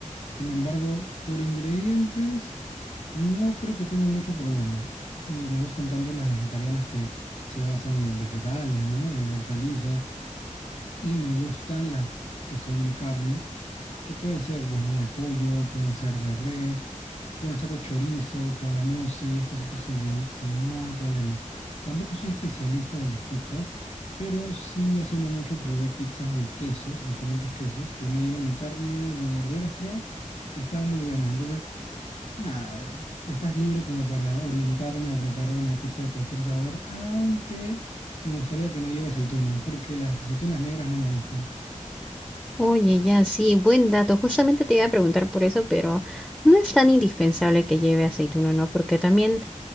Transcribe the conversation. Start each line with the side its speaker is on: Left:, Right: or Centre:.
Left: Sin embargo, por ingredientes no creo que tenga mucho problema. Eh, me gustan tanto las vegetarianas que se basan en vegetales, ¿no? Eh, hortalizas, y me gustan las que son de carne que pueden ser, pues, ¿no? De pollo, pueden ser de res, pueden ser de chorizo, cabanossi, estos otros ingredientes y no hay problema. Tampoco soy especialista de las pizzas, pero sí hace no mucho probé pizzas de quesos, diferentes quesos, que no llevan ni carnes ni verduras, creo, y estaban muy buenas. Entonces, nada, estás libre como para orientarme a preparar una pizza de cualquier sabor, aunque me gustaría que no lleve aceituna, porque las aceitunas negras no me gustan.
Centre: Oye, ya sí, buen dato. Justamente te iba a preguntar por eso, pero no es tan indispensable que lleve aceituna, ¿no? Porque también